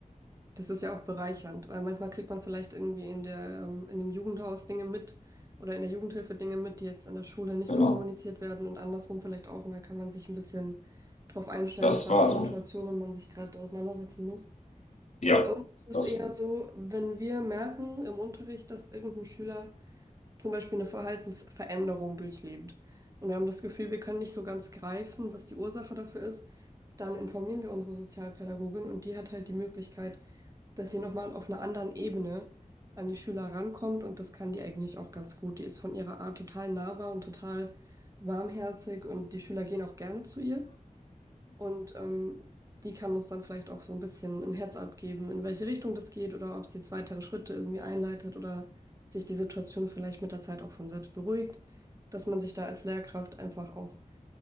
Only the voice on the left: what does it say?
genau,
das
war
so.
Ja,
das